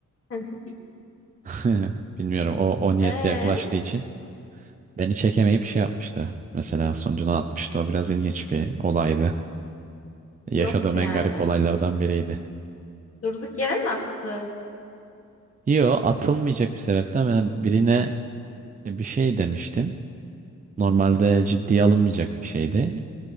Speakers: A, on the left (about 50°); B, on the right (about 25°).
A: <laughs>
B: <laughs> Bilmiyorum o o niyetle
A: Ee,
B: yaklaştığı için beni çekemeyip şey yapmıştı. Mesela sonucunu atmıştı. O biraz ilginç bir olaydı. Yaşadığım
A: nasıl
B: en
A: yani?
B: garip olaylardan biriydi.
A: Durduk yere mi attı?
B: Yo atılmayacak bir sebepten ben birine bir şey demiştim. Normalde ciddiye alınmayacak bir şeydi.